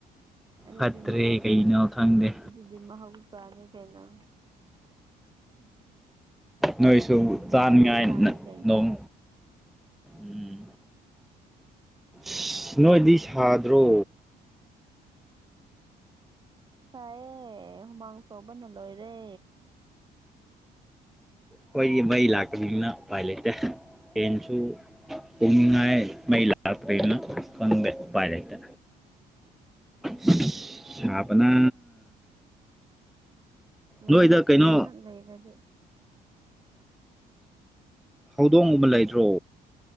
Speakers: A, on the right (about 25°); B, in the centre.
A: ꯑꯗꯨꯗꯤ
B: ꯐꯠꯇ꯭ꯔꯦ
A: ꯃꯍꯥꯎ
B: ꯀꯩꯅꯣ ꯈꯪꯗꯦ
A: ꯑꯗꯨꯗꯤ ꯃꯍꯥꯎ ꯇꯥꯔꯦ ꯀꯩꯅꯣ
B: ꯅꯣꯏꯁꯨ
A: ꯑꯗꯨꯗꯤ
B: ꯆꯥꯅꯉꯥꯏ
A: ꯃꯍꯧꯁꯥꯅꯤ
B: ꯅ
A: ꯀꯩꯅꯣ
B: ꯅꯣꯡ ꯎꯝ ꯁꯤ ꯅꯣꯏꯗꯤ ꯁꯥꯗ꯭ꯔꯣ
A: ꯁꯥꯌꯦ ꯍꯨꯃꯥꯡ ꯁꯧꯕꯅ ꯂꯣꯏꯔꯦ
B: ꯈꯣꯏꯒꯤ ꯃꯩ ꯂꯥꯛꯇꯕꯅꯤꯅ ꯎꯄꯥꯏ ꯂꯩꯇꯦ ꯐꯦꯟ ꯁꯨ ꯎꯪꯅꯤꯉꯥꯏ ꯃꯩ ꯂꯥꯛꯇ꯭ꯔꯦꯅ ꯈꯪꯗꯦ ꯎꯄꯥꯏ ꯂꯩꯇꯦ ꯁꯤ ꯁꯥꯕꯅ
A: ꯉꯩꯍ
B: ꯅꯣꯏꯗ ꯀꯩꯅꯣ
A: ꯉꯩꯍꯥꯛ ꯂꯩꯔꯗꯤ
B: ꯍꯧꯗꯣꯡꯒꯨꯝꯕ ꯂꯩꯗ꯭ꯔꯣ